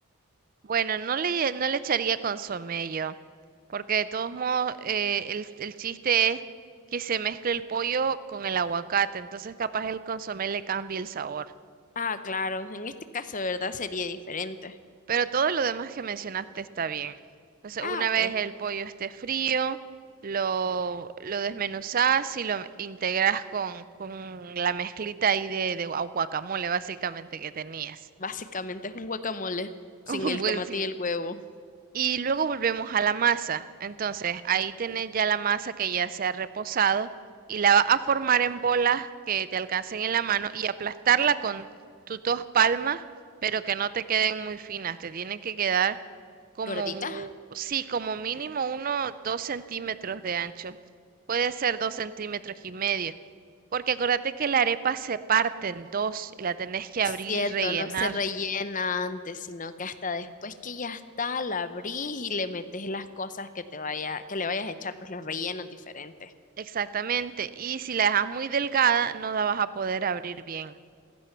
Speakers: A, on the right; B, on the left.
A: Bueno, no le, no le echaría consomé yo, porque de todos modos eh, el, el chiste es que se mezcle el pollo con el aguacate, entonces capaz el consomé le cambie el sabor.
B: Ah, claro, en este caso, ¿verdad? Sería diferente.
A: Pero todo lo demás que mencionaste está bien. Entonces,
B: Ah,
A: una
B: ok.
A: vez el pollo esté frío, lo, lo desmenuzás y lo integras con, con la mezclita ahí de, de gua- guacamole, básicamente, que tenías.
B: Básicamente es un guacamole sin
A: <laughs>
B: el
A: Pues
B: tomate
A: sí.
B: y el huevo.
A: Y luego volvemos a la masa. Entonces, ahí tenés ya la masa que ya se ha reposado y la vas a formar en bolas que te alcancen en la mano y aplastarla con tus dos palmas, pero que no te queden muy finas. Te tienen que quedar como
B: Gorditas.
A: un, sí, como mínimo uno, dos centímetros de ancho. Puede ser dos centímetros y medio. Porque acuérdate que la arepa se parte en dos y la tenés que
B: Es
A: abrir
B: cierto,
A: y rellenar.
B: no se rellena antes, sino que hasta después que ya está, la abrís y le metes las cosas que te vaya, que le vayas a echar, pues los rellenos diferentes.
A: Exactamente. Y si la dejas muy delgada, no la vas a poder abrir bien.